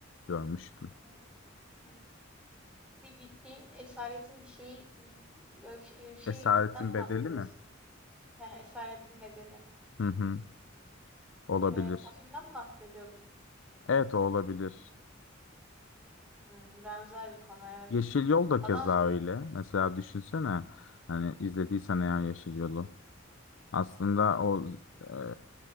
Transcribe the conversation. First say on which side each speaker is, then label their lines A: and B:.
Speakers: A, on the left; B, in the centre.
A: görmüştüm.
B: Hı hı. hı. Bir, bir şeyin esaretin bir şeyi gibi bir, öyle bir, şey, öyle bir şeyden
A: Esaretin
B: mi
A: Bedeli
B: bahsediyorsun?
A: mi?
B: Heh, Esaretin Bedeli.
A: Hı hı. Olabilir.
B: Evet, o filmden mi bahsediyordun?
A: Evet o olabilir.
B: Hımm, benzer bir konu, evet.
A: Yeşil Yol da
B: Adam
A: keza öyle. Mesela düşünsene hani izlediysen eğer Yeşil Yol'u. Aslında o e,